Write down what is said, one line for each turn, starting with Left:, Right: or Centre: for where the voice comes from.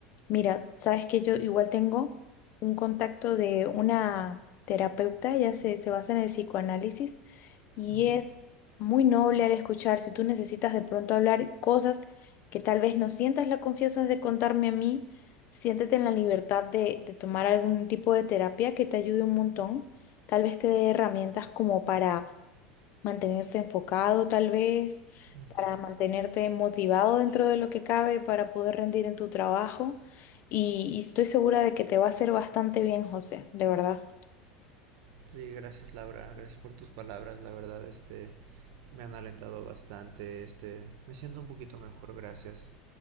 Left: mira, sabes que yo igual tengo un contacto de una terapeuta, ella se, se basa en el psicoanálisis y
Right: uh -huh,
Left: es muy noble al escuchar si tú necesitas de pronto hablar cosas que tal vez no sientas la confianza de contarme a mí, siéntete en la libertad de, de tomar algún tipo de terapia que te ayude un montón. Tal vez te dé herramientas como para mantenerte enfocado, tal vez,
Right: uh -huh.
Left: para mantenerte motivado dentro de lo que cabe, para poder rendir en tu trabajo. Y, y estoy segura de que te va a hacer bastante bien, José, de verdad.
Right: Sí, gracias Laura, gracias por tus palabras, la verdad, este, me han alentado bastante, este, me siento un poquito mejor, gracias.